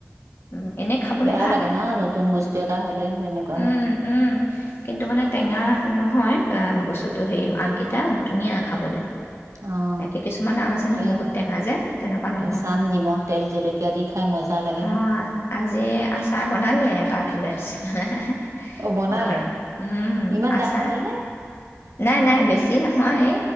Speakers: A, on the left (about 55°); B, on the right (about 85°).
A: উম, এনেই খাবলৈ
B: বেয়া লাগে ন নতুন বস্তু এটা হলে এনেকুৱা।
A: উম উম কিন্তু মানে টেঙা নহয়। <unintelligible> বস্তুটো হেৰি আমকেইটা ধুনীয়া খাবলৈ।
B: অ'।
A: একে কিছুমান আম
B: এতিয়া
A: আছে নহয় বহুত টেঙা যে তেনেকুৱা
B: কেঁচাম
A: নহয়।
B: নিমখ তেল জলকীয়া দি খাই মজা লাগে
A: অ,
B: নহয়।
A: আজি আচাৰ বনালে তাত হলে। হে হে হে-
B: অ', বনালে
A: ঘৰত, উম,
B: ইমান
A: আছাৰ।
B: ডাঙৰ হ'ল নে?
A: নাই নাই বেছি এ নহয় এ